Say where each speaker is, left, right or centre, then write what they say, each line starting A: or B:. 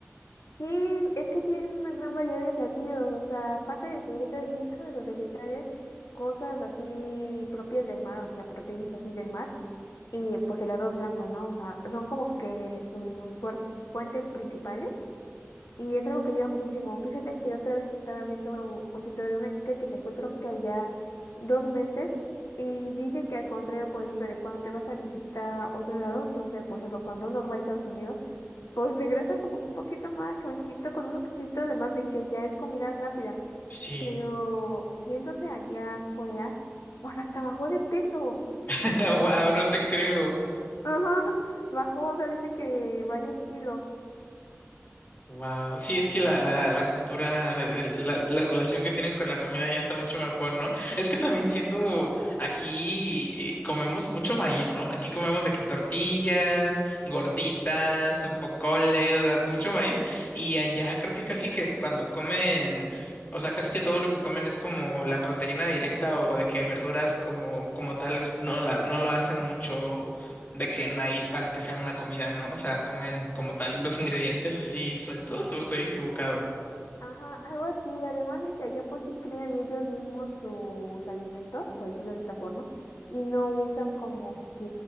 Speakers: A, on the left (about 75°); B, on the left (about 40°).
A: Sí, es que tienen una gran variedad de platillos, o sea, aparte de su dieta, muchos de los vegetales, cosas así propias del mar, o sea, proteínas así del mar, y pues helados blancos, ¿no? O sea, son como que sus fuer- fuentes principales, y es algo que ayuda muchísimo. Fíjate que otra vez estaba viendo un título de una chica que se fue creo que allá dos meses, y dice que al contrario, por ejemplo, de cuando te vas a visitar otro lado, no sé, por ejemplo, cuando uno va a Estados Unidos, Pues regresa como un poquito más chonchito, con unos kilitos de más de que ya es comida rápida.
B: Sí.
A: Pero yéndose allá a Corea, o sea, hasta bajó de peso.
B: <laughs> Wow, no te creo.
A: Ajá, bajó, o sea, dice que varios kilos.
B: Wow, sí, es que la, la, la cultura, de- de- la, la relación que tienen con la comida ya está mucho mejor, ¿no? Es que también siento aquí eh, comemos mucho maíz, ¿no? Aquí comemos de que tortillas, gorditas, bocoles, o sea, mucho maíz. Y allá creo que casi que cuando comen, o sea, casi que todo lo que comen es como la proteína directa o de que verduras como, como tal no la, no lo hacen mucho de que en maíz para que sea una comida, ¿no? O sea, comen como tal los ingredientes así sueltos o estoy equivocado.
A: Ajá, algo así, además de que allá pues sí crean ellos mismos sus alimentos, por decirlo de esta forma, y no usan como que